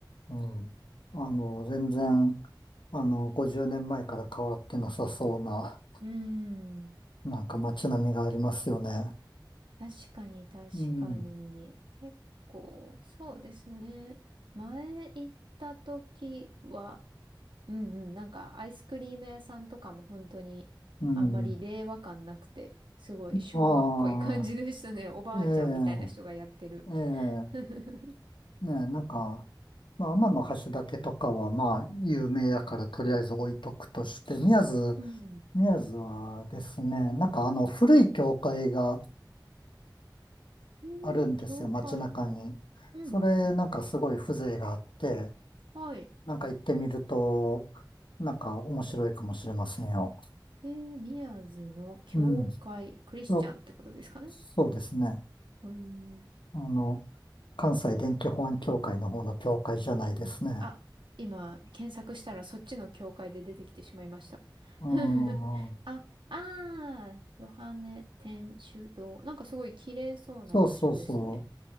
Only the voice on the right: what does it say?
うん。
確かに、確かに。
結構、そうですね。前行った時は、うんうん。なんか、アイスクリーム屋さんとかも本当に、
あんまり令和感なくて、すごい昭和っぽい感じでしたね。
<laughs> おばあちゃんみたいな人がやってる。
<laughs>
うん。
えー、
教会。
うんうんうん。
はい。
えー、宮津の教会、
クリスチャンってことですかね。
うーん。
あ、今、検索したらそっちの教会で出てきてしまいました。
<laughs> あ、あー、ヨハネ天主堂。なんかすごい綺麗そうな場所ですね。